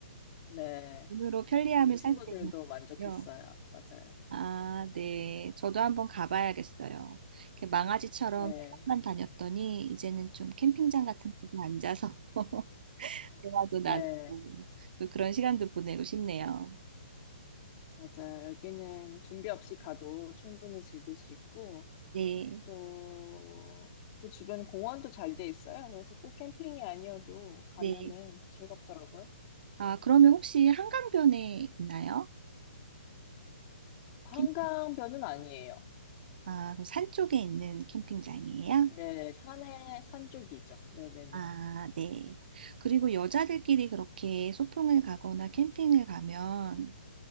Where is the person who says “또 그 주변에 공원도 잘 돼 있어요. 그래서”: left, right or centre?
Left